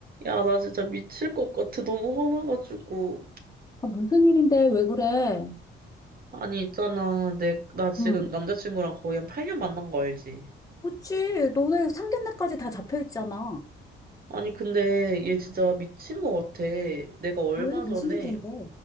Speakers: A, on the right; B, on the left.
A: 야, 나 진짜 미칠 것 같아. 너무 화나가지고.
B: 아, 무슨 일인데? 왜 그래?
A: 아니, 있잖아. 내, 나 지금
B: 응.
A: 남자친구랑 거의 한 8년 만난 거 알지?
B: 그치, 너네 상견례까지 다 잡혀 있잖아.
A: 아니, 근데 얘 진짜 미친 것 같아. 내가 얼마
B: 왜? 무슨
A: 전에
B: 일인데?